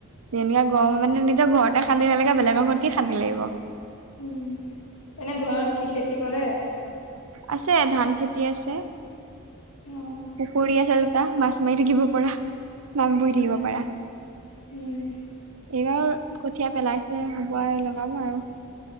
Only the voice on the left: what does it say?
উম', এনে ঘৰত কি খেতি কৰে?
অ
উম
উম